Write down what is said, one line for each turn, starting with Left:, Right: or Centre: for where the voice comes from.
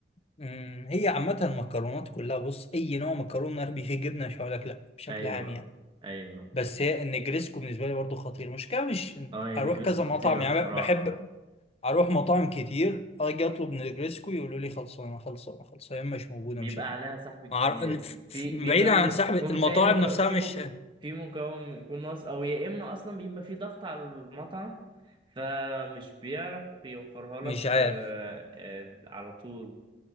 Left: مم، هي عامة المكرونات كلها بص أي نوع مكرونة أربي فيه جبنة مش هقولك لأ بشكل
Right: أيوه
Left: عام يعني
Right: أيوه
Left: بس هي النجريسكو بالنسبة لي برضو خطير المشكلة مش
Right: أه هي
Left: أروح
Right: النجريسكو
Left: كذا
Right: خطيرة
Left: مطعم يعني
Right: بصراحة
Left: بحب أروح مطاعم كتير أجي أطلب نجريسكو يقولوا لي خلصانة خلصانة خلصانة يا إما مش موجودة
Right: بيبقى
Left: مش عارف
Right: عليها سحب كتير
Left: معر- ف- ف-
Right: في
Left: بعيدا
Right: بيبقى م...
Left: عن سحب المطاعم
Right: ممكن تلاقي المك...
Left: نفسها
Right: في
Left: مش
Right: مك... في مكون يكون ناقص أو يا إما أصلا بيبقى في ضغط على المطعم فمش بيعرف يوفرها لك
Left: مش عارف
Right: آه، آه، على طول